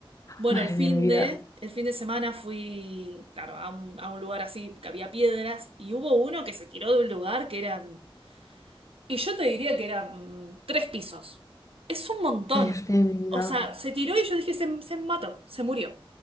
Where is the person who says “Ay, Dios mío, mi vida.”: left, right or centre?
Left